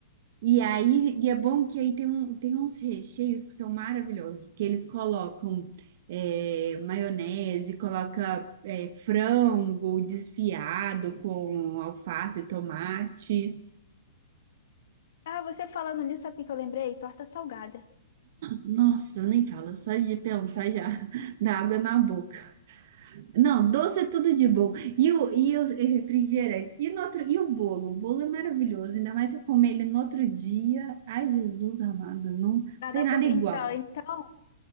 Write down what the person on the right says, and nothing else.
E aí, e é bom que aí tem, um, tem uns recheios que são maravilhosos, porque eles colocam é, maionese, coloca é, frango desfiado com alface, tomate.
Nossa, eu nem falo, só de pensar já <laughs> dá água na boca. Não, doce é tudo de bom. E o, e os e refrigerantes. E, no outro, e o bolo? O bolo é maravilhoso. Ainda mais se eu comer ele no outro dia. Ai, Jesus amado, não
tem nada
igual.